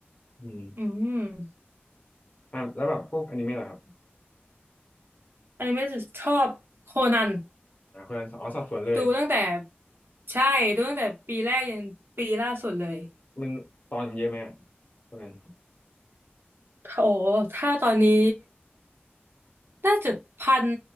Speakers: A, on the left (about 40°); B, on the right (about 65°).
A: อืม
B: อืม
A: อ่ะแล้วแบบพวกอนิเมะเหรอครับ
B: อันนี้ไม่ได้ชอบโคนัน
A: อ่าคนนั้นอ๋อสอบสวนเลย
B: ดูตั้งแต่ใช่ดูตั้งแต่ปีแรกยันปีล่าสุดเลย
A: มันตอนมันเยอะไหมอะคนนั้น
B: โอ้ถ้าตอนนี้น่าจะพัน